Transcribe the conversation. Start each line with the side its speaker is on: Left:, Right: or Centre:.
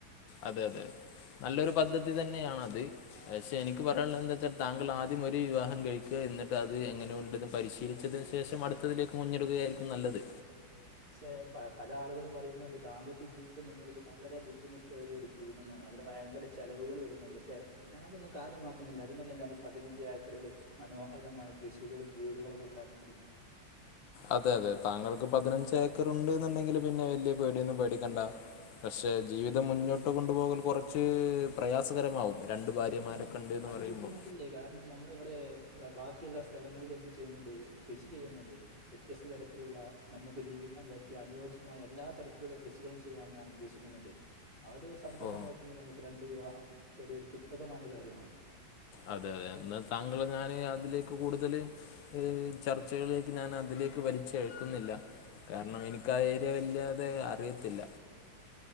Left: അതെ അതെ നല്ലൊരു പദ്ധതി തന്നെ. ണത് പക്ഷെ എനിക്ക് പറയാനുള്ളത് എന്താ വെച്ചാൽ താങ്കൾ ആദ്യം ഒരു വിവാഹം കഴിക്കു. എന്നിട്ട് അത് എങ്ങനെയു ണ്ടെന്ന് പരിശീലിച്ചതിന് ശേഷം അടുത്തതിലേക്ക് മുന്നിടുകയായിരിക്കും നല്ലത്.
Right: ക്ഷെ പല ആളുകളും പറയുന്നുണ്ട് ദാമ്പത്യ ജീവിതം എന്നുള്ളത് വളരെ ബുദ്ധിമുട്ടേറിയ ഒരു ജീവിതമാണ്. അവിടെ ഭയങ്കര ചെലവുകൾ വരുന്നുണ്ട്. പക്ഷെ ഞാന തൊന്നും കാര്യമാക്കുന്നില്ല. അതിനെല്ലെ ഞാനീ പതിനഞ്ച് ഏക്കറില് മ മനോഹരമായ കൃഷികളും വീടുകളൊക്കെ ണ്ടാക്കുന്നത്.
Left: അതെ അതെ താങ്കൾക്ക് പതിനഞ്ച് ഏക്കർ ഉണ്ട് ന്ന്ണ്ടെങ്കില് പിന്നെ വലിയ പേടിയൊന്നും പേടിക്കണ്ട. പക്ഷെ ജീവിതം മുന്നോട്ട് കൊണ്ടുപോകൽ കൊറച്ച് പ്രയാസകരമാവും. രണ്ട് ഭാര്യമാരൊക്കെ
Right: അ
Left: ഉണ്ട് എന്ന്
Right: അത്
Left: പറയുമ്പോൾ
Right: ബുദ്ധിമുട്ടില്ലേ കാരണം നമ്മള ഇവിടേ ബാക്കിയുള്ള സ്ഥലങ്ങളിൽ എന്ത് ചെയ്യുന്നുണ്ട്, കൃഷി ചെയ്യുന്നുണ്ട്. വ്യത്യസ്ത തരത്തിലുള്ള നമുക്ക് ജീവി പറ്റി അനുയോജ്യമായ എല്ലാ തരത്തിലുള്ള കൃഷികളും ചെയ്യാൻ ഞാൻ ഉദ്ദേശിക്കുന്നുണ്ട്. ആ ഒരു സന്ദർഭം
Left: ഓ
Right: നോക്കും രണ്ട് വിവാഹം ചെറിയൊരു കുത്തകമായ കാര്യമാണ്.
Left: അതെ അതെ എന്ന താങ്കൾ ഞാന് അതിലേക്ക് കൂടുതല് ചർച്ചകളിലേക്ക് ഞാൻ അതിലേ വലിച്ച് എഴക്കുന്നില്ല. കാരണം എനിക്കാരൃ വലാതെ അറിയത്തില്ല.